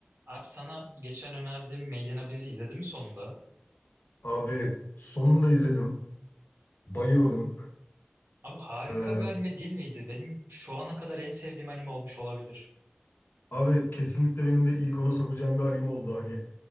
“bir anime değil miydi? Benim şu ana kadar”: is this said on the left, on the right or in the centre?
Right